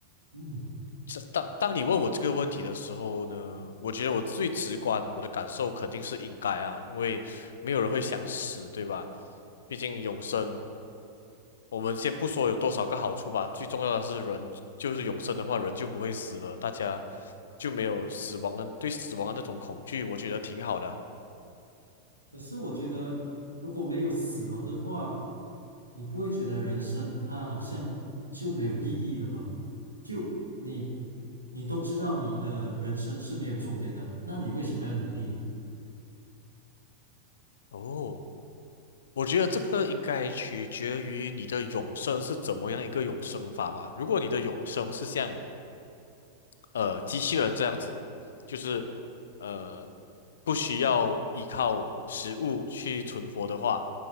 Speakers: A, on the right; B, on the left.
A: 嗯。
B: 这当当你问我这个问题的时候呢，我觉得我最直观，我的感受肯定是应该啊，因为没有人会想死，对吧？毕竟永生。我们先不说有多少个好处吧，最重要的是人就是永生的话，人就不会死了，大家就没有死亡的对死亡的那种恐惧，我觉得挺好的啊
A: 可是我觉得，如果没有死亡的话，你不会觉得人生它好像就没有意义了吗？就你，你都知道你的人生是没有终点的，那你为什么要努力？
B: 哦，我觉得这个应该取决于你的永生是怎么样一个永生法吧。如果你的永生是像呃机器人这样子，就是呃不需要依靠食物去存活的话，